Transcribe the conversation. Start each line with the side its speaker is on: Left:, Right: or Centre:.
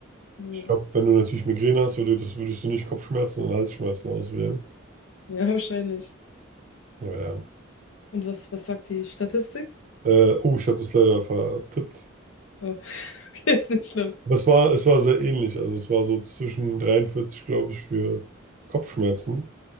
Left: Ja.
Right: ich glaube, wenn du natürlich Migräne hast, würde, das, würdest du nicht Kopfschmerzen, sondern Halsschmerzen auswählen.
Left: Ja, wahrscheinlich.
Right: Naja.
Left: Und was, was sagt die Statistik?
Right: Äh, oh, ich habe das leider vertippt.
Left: Oh, <laughs> okay, ist nicht schlimm.
Right: Aber es war, es war sehr ähnlich. Also es war so zwischen 43, glaube ich, für Kopfschmerzen